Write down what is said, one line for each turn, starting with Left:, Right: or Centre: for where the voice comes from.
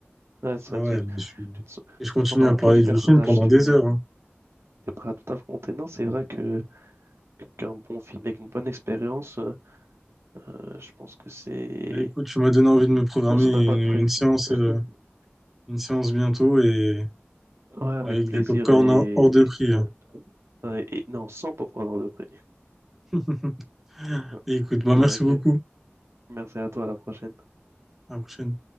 Right: Ouais, ça,
Centre: Ah
Right: tu,
Centre: ouais,
Right: tu
Centre: mais je suis-
Right: te, sens
Centre: et je continue
Right: tu te sens dans
Centre: à
Right: la
Centre: parler
Right: peau du
Centre: du
Right: personnage,
Centre: film pendant
Right: tu
Centre: des heures. hein.
Right: es prêt à tout affronter. Non, c'est vrai que que- qu'un bon film avec une bonne expérience, euh, euh, je pense que c'est.
Centre: Allez, écoute, tu m'as donné envie de me programmer
Right: Je pense qu'on
Centre: une,
Right: n'a pas de prix.
Centre: une séance,
Right: <laughs>
Centre: euh, une séance bientôt et
Right: Ouais, avec
Centre: avec
Right: plaisir
Centre: des pop hors
Right: et, et-
Centre: de prix. hein.
Right: euh, ouais, et- non, sans popcorn de prix.
Centre: <laughs>
Right: <laughs>
Centre: Écoute, bah,
Right: Bah,
Centre: merci
Right: ok.
Centre: beaucoup.
Right: Merci à toi, à la prochaine.
Centre: À la prochaine.